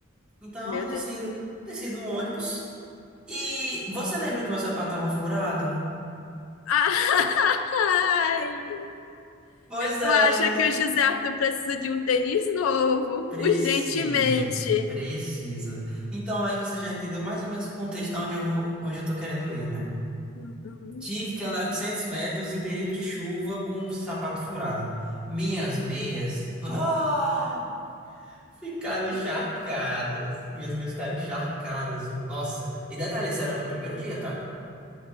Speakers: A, in the centre; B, on the left (about 85°).
A: Então
B: Meu
A: eu decido,
B: Deus.
A: decido o ônibus. E você lembra que meu sapato tava furado?
B: <laughs> Ai,
A: Pois é,
B: eu acho que o José Arthur precisa de um tênis novo,
A: preciso,
B: urgentemente.
A: preciso. Então aí você já entendeu mais ou menos o contexto de onde eu vou, onde eu tô querendo ir, né?
B: Uhum.
A: Tive que andar 800 metros em período de chuva com o sapato furado. Minhas meias, ah, ficaram encharcadas. Minhas meias ficaram encharcadas. Nossa, e detalhe, isso era meu primeiro dia, tá?